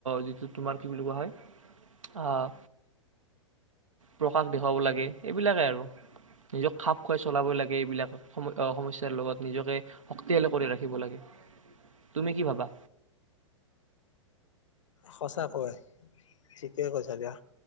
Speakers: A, on the right; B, on the left.
A: যিটো তোমাৰ কি বুলি কোৱা হয় আহ প্ৰকাশ দেখুৱাব লাগে এইবিলাকে আৰু নিজক খাপ খুৱাই চলাবই লাগে এইবিলাক সমস্য়াৰ লগত নিজকে শক্তিশালী কৰি ৰাখিব লাগে তুমি কি ভাব বা
B: সঁচা কৈ, ঠিকে কৈছে দিয়া